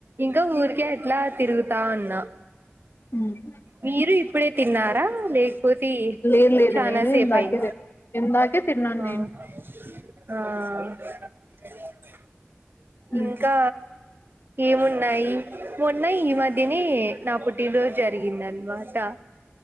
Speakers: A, on the right (about 55°); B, on the left (about 60°).
A: ఇంకా ఊరు కేట్లా తిరుగుతా ఉన్నా
B: ఉమ్
A: మీరు ఇప్పుడే తిన్నారా లేకపోతే
B: లేదు లేదు
A: చనాాసేపు
B: నేను ఇందాకే
A: అయి
B: తిన్ ఇందాకే తిన్నాను
A: ఆహ
B: నేను
A: ఆ
B: ఉమ్
A: ఇంకా ఏమున్నాయి మొన్న ఈ మధ్యనే నా పుట్టినా రోజు జరిగింది అనమాట అహ